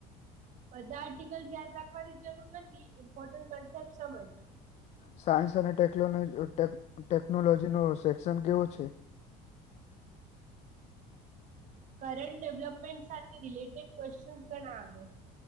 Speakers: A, on the right (about 50°); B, on the left (about 45°).
A: બધા આર્ટિકલ્સ યાદ રાખવાની જરૂર નથી ઇમ્પોર્ટન્ટ કોન્સેપ્ટ સમજ.
B: સાયન્સ અને ટેકનોલોજી અ ટેકનોલોજી નો સેક્શન કેવો છે?
A: કરંન્ટ ડેવલપમેન્ટ સાથે રિલેટેડ ક્વેશ્ચન્સ ઘણા આવે.